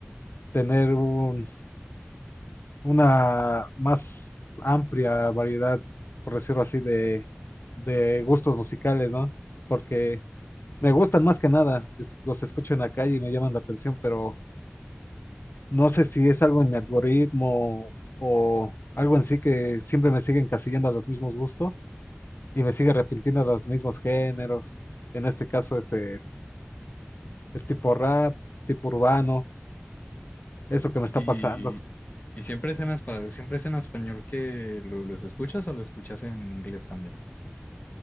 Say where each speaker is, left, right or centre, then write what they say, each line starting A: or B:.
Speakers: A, on the left; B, on the left.
A: tener un- una más amplia variedad, por decirlo así, de, de gustos musicales, ¿no? Porque me gustan más que nada, es- los escucho en la calle y me llaman la atención, pero... No sé si es algo en mi algoritmo o algo en sí que siempre me sigue encasillando a los mismos gustos y me sigue arrepintiendo a los mismos géneros. En este caso es el, el tipo rap, tipo urbano, eso que me está
B: Y,
A: pasando.
B: y siempre es en español, siempre es en español que lo, los escuchas o lo escuchas en inglés también.